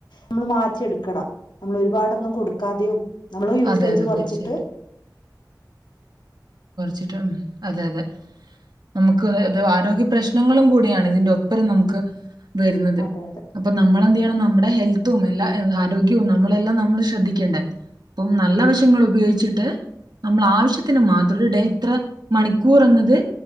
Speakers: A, on the left (about 80°); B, on the right (about 70°).
A: നമ്മൾ മാറ്റിയെടുക്കണം നമ്മൾ ഒരുപാടൊന്നും കൊടുക്കാതെയോ നമ്മള് യൂസേജ്
B: അതെ അതെ
A: കുറച്ചിട്ട്
B: തീർച്ചയായിട്ടും ചിറ്റാ അതെ അതെ നമുക്ക്ത്
A: ഓക്കെ
B: ആരോഗ്യ പ്രശ്നങ്ങളും കൂടെ യാണ് ഇതിന്റെറെ ഒപ്പരം നമുക്ക് വരുന്നത്
A: അതെ അതെ
B: അപ്പൊ നമ്മളെന്ത് ചെയ്യണം നമ്മുടെ ന ഹെൽത്തും എല്ല ആരോഗ്യവും നമ്മുടെ ഹെൽത്തും നമ്മളെല്ലാം നമ്മൾ ശ്രദ്ധിക്കേണ്ടേ അപ്പം നല്ല വശങ്ങ ഉപയോഗിച്ചിട്ട് നമ്മൾ ആവശ്യത്തിന് മാത്ര അത് ഡേഇത്ര മണിക്കൂർ എന്നത്